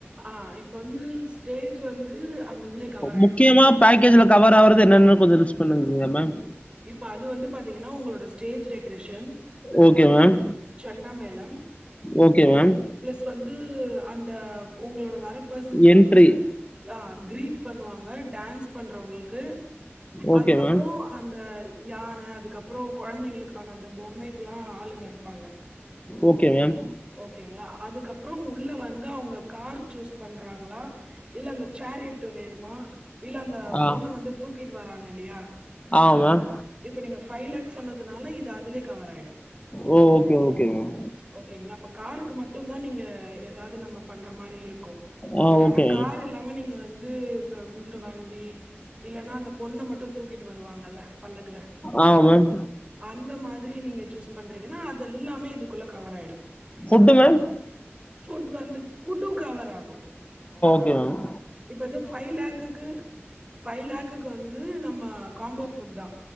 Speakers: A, on the right (about 20°); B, on the left (about 30°).
A: ஆஹ் இப்ப வந்து ஸ்டேஜ் வந்து அந்த இதுல கவர் ஆயிடுங்க
B: முக்கியமா பக்கேஜ்ல கவர் ஆகுறது என்னென்னு கொஞ்ச லூஸ் பண்ணிருந்தீங்க மேம்
A: இப்ப அது வந்து பாத்தீங்கன்னா உங்களோட ஸ்டேஜ் டெக்கரேஷன்
B: ஓகே மேம்.
A: ஷண்டா மேளம்
B: ஓகே மேம்.
A: பிளஸ் வந்து அந்த உங்களோட வர பர்சன்ஸ்கு
B: என்ட்ரி.
A: வந்து கிரீட் பண்ணுவாங்க ங்க டான்ஸ் பண்றவங்களுக்கு
B: ஓகே
A: அதுக்கப்புறம்
B: மேம்.
A: அ யானை அதுக்கப்புறம் அப்புறம் குழந்தைங்களுக்கான அந்த பொம்மைக்கெலாம் ஆளுங்க வாங்க
B: ஓகே மேம்
A: ஓகேங்களா அதுக்கப்புறம் உள்ளே வந்து அவங்க கார் சூஸ் பண்றாங்களா இல்ல அந்த சேரட்டு வேணுமா இல்ல அந்த
B: ஆ.
A: பொண்ணு வந்து தூக்கிட்டு வராங்க அப்டியா
B: ஆ மேம்
A: இப்ப நீங்க ஃபைவ் லேக்ஸ் சொன்னதுனாலே இது அதுலே கவர் ஆயிடும்
B: ஓ! Okay, okay ma'am.
A: ஓகேங்களா அப்ப கார் மட்டும் நீங்க ஏதாவது நம்ம பண்ற மாதிரி இருக்கும்
B: ஆ
A: பட் ஆனா
B: ஓகே மேம்.
A: கார் இல்லாம நீங்க வந்து இந்த குதிரை வண்டி இல்லேன்னா அந்த பொண்ண மட்டும் தூக்கிட்டு வருவாங்கல்ல பல்லக்குசூஸ் பணல
B: ஆ மேம்.
A: அந்த மாதிரி நீங்க பண்றீங்கன்னா அது எல்லாமே இதுக்குள்ளே கவர் ஆயிடும்
B: ஃபுட்டு மேம்?
A: புட் வந்து புட்டும் கவர் ஆகும்
B: ஆ <unintelligible>
A: இப்ப வந்து ஃபைவ் லேக்குக்கு ஃபைவ் லேக்குக்கு வந்து நம்ம காம்போ ஃபுட்தா